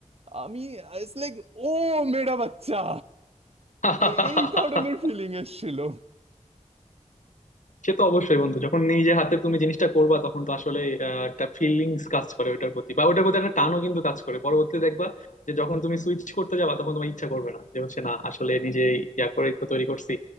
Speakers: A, on the right (about 55°); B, on the left (about 80°).
A: আমি ইটস লাইক ও মেয়েটা বাচ্চা
B: <laughs>
A: এ- এই ধরনের ফিলিং এসেছিল
B: সে তো অবশ্যই বন্ধু যখন নিজে হাতে তুমি জিনিসটা করবা তখন তো আসলে আহ, একটা ফিলিংস কাজ করে ওটার প্রতি বা ওটার প্রতি একটা টানও কিন্তু কাজ করে পরবর্তীতে দেখবা যে যখন তুমি সুইচ করতে যাবা তখন তোমার ইচ্ছা করবে না যে হচ্ছে না আসলে নিজে ইয়া করে তো তৈরি করছি